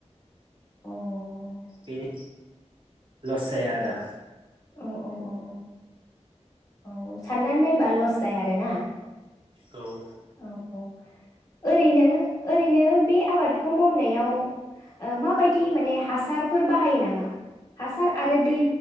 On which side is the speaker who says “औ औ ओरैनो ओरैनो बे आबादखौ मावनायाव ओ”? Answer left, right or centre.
Left